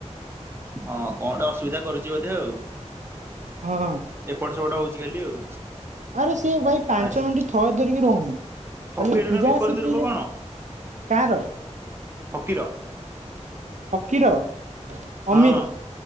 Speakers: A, on the right; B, on the right.
A: ହଁ କଣ ଗୋଟେ ଅସୁବିଧା କରୁଚି ବୋଧେ ଆଉ।
B: ହଁ
A: ଏପଟ ସେପଟ ହଉଚି ଖାଲି ଆଉ
B: ଆରେ ସିଏ ଭାଇ ପାଞ୍ଚ
A: ଆରେ
B: ମିନିଟ୍ ଥୟ ଧରିକି ରହୁନି।
A: ଫକୀରର
B: ଖାଲି ଇପିଜା
A: ବିପରୀତ
B: ସିିପିଜା
A: ରୂପ କଣ
B: କାହାର?
A: ଫକୀର
B: ଫକୀର,
A: ହଁ
B: ଅମିର୍